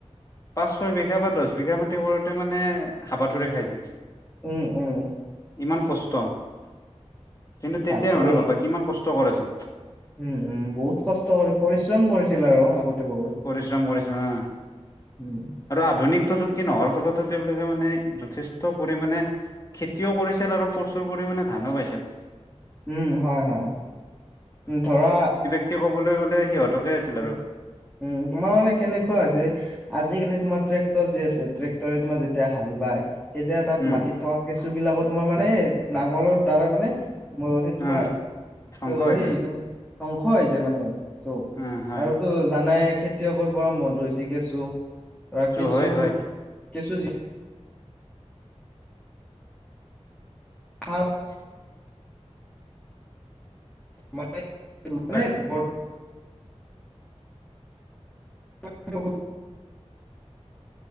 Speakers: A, on the left; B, in the centre.
A: পাঁচ ছয় বিঘা বা দছ বিঘা মাটি কৰোঁতে মানে হাবাথুৰি খাই যায়।
B: উম উম।
A: ইমান কষ্ট কিন্তু তেতিয়াৰ
B: তাকেই
A: মানুহে ভাবা কিমান কষ্ট কৰিছে।
B: উম উম বহুত কষ্ট কৰি পৰিশ্ৰম কৰিছিল আৰু আগতে বহুত।
A: পৰিশ্ৰম কৰিছে অহ।
B: উম।
A: আৰু আধুনিক প্ৰযুক্তি নোহোৱাৰ
B: অ
A: ফলতো তেওঁলোকে মানে যথেষ্ট পৰিমাণে খেতিও কৰিছিল আৰু প্ৰচুৰ পৰিমাণে ধানো পাইছিল।
B: উম হয় হয় উম ধৰা
A: তেতিয়া ক'বলৈ গ'লে সিহঁতকে আছিল
B: উম,
A: আৰু।
B: উম তোমাৰ মানে কেনেকুৱা হৈছে আজিকালি তোমাৰ ট্ৰেক্টৰ যি আছে। ট্ৰেক্টৰে তোমাৰ যেতিয়া হাল বায়। তেতিয়া তাত
A: উম,
B: মাটিত থকা কেঁচু বিলাকো তোমাৰ মানে নাঙলৰ দ্বাৰা মানে ম সেই তোমাৰ
A: উম,
B: ত'
A: ধ্বংস হৈ
B: সেই
A: যায়
B: ধ্বংস হয় যায় মানে চব।
A: উম হয়।
B: আৰুতো জানাই খেতিয়কৰ পৰম বন্ধু হৈছে কেঁচু, ধৰা কেঁচু
A: হয়, হয়,
B: কেঁচু সাৰ
A: <unintelligible>
B: মানে মানে
A: হয়,
B: ব <unintelligible>